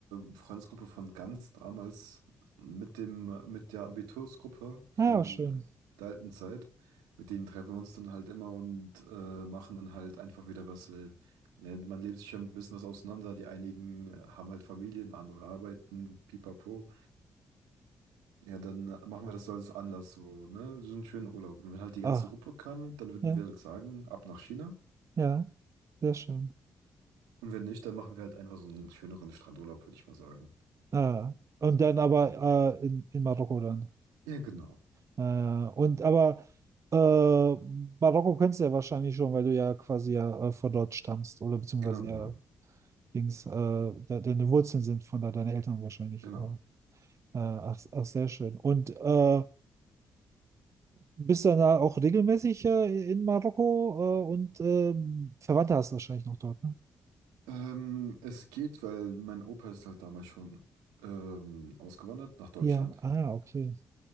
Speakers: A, on the right; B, on the right.
A: äh, Freundesgruppe von ganz damals mit dem, mit der Abitursgruppe von
B: Ah, ja, schön.
A: äh, der alten Zeit. Mit denen treffen wir uns dann halt immer und äh, machen dann halt einfach wieder was. Äh, ne, man lebt sich ja ein bisschen was auseinander. Die einigen haben halt Familien, andere arbeiten, pipapo. Ja, dann machen wir das so als Anlass, so, ne? So einen schönen Urlaub. Und wenn halt die
B: Ah,
A: ganze Gruppe kann, dann würden
B: ja,
A: wir halt sagen, ab nach China.
B: ja, sehr schön.
A: Und wenn nicht, dann machen wir halt einfach so einen schöneren Strandurlaub, würde ich mal sagen.
B: Ah, und dann aber äh, in, in Marokko dann.
A: Ja, genau.
B: Äh, und aber äh, Marokko kennst du ja wahrscheinlich schon, weil du ja quasi ja äh, von dort stammst oder beziehungsweise
A: Genau, genau,
B: ja Dings, äh, de deine Wurzeln sind von da, deine Eltern wahrscheinlich.
A: genau.
B: Äh, Äh, ach, ach, sehr schön. Und äh, bist du dann da auch regelmäßig äh, in Marokko äh, und ähm, Verwandte hast du wahrscheinlich noch dort, ne?
A: Ähm, es geht, weil mein Opa ist halt damals schon ähm, ausgewandert nach Deutschland.
B: Ja, ah, okay.